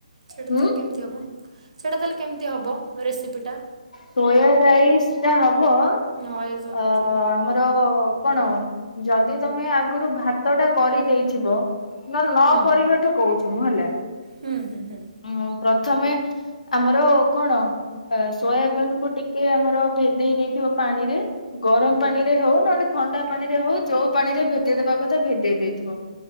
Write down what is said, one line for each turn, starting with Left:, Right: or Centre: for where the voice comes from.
Right: ସେଇଟା
Left: ହୁଁ।
Right: ତାହେଲେ କେମିତି ହେବ? ସେଇଟା ତାହେଲେ କେମିତି ହବ ରେସିପିଟା?
Left: ସୋୟା ରାଇସ୍ ଟା ହବ
Right: ନଏଜ୍
Left: ଅ
Right: ହେଉଛି।
Left: ଆମ ର କଣ ଯଦି ତମେ ଆଗରୁ ଭା ତଟା କରିଦେଇଥିବ ନହେଲେ ନ
Right: ହୁଁ
Left: କରିବାଠୁ କହୁଛି ମୁଁ ହେଲା।
Right: ହୁଁ ହୁଁ ହୁଁ
Left: ହଁ ପ୍ରଥମେ ଆମର କଣ ଅ ସୋୟା ବିନ୍ କୁ ଟିକେ ଆମର ଭେଦେଇ ଦେଇଥିବ ପାଣିରେ ଗରମ ପାଣିରେ ହେଉ ନହେଲେ ଥଣ୍ଡା ପାଣିରେ ହଉ ଯୋଉ ପାଣିରେ ଭେଦେଇଦବା କଥା ଭେଦେଇ ଦେଇଥିବ।